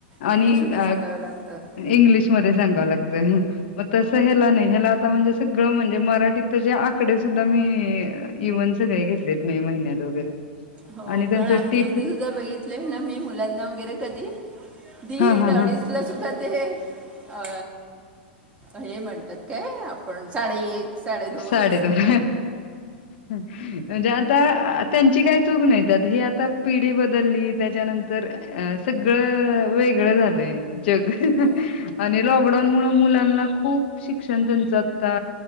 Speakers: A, on the right; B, on the left.
A: इंग्लिशमध्ये
B: आणि अ
A: सांगावं लागतं
B: इंग्लिशमध्ये सांगावं लाग मग तस हेला नाय हेला आता म्हणजे सगळं म्हणजे मराठीत जे आकडे सुद्धा मी हे इव्हनच काय घेतलेत मे महिन्यात वगैरे
A: हो
B: आणि त्यांचं
A: कारण आमच्या
B: टीप
A: इथे सुद्धा बघित ले ना मी मुलांना वगैरे कधी दीड
B: हा हा
A: अडीचला
B: हा
A: सुद्धा ते अ हे म्हणतात काय आपण साडे एक साडेदोन
B: साडे
A: असं
B: दोन म्हणजे आत तर त्यांची काही चूक नाय ही आता पिढी बदलली त्याच्यानंतर अ सगळं वेगळं झालंय. जग
A: हो
B: आणि लॉकडाऊन मुळं मुलांनला खूप शिक्षण त्यांचं आता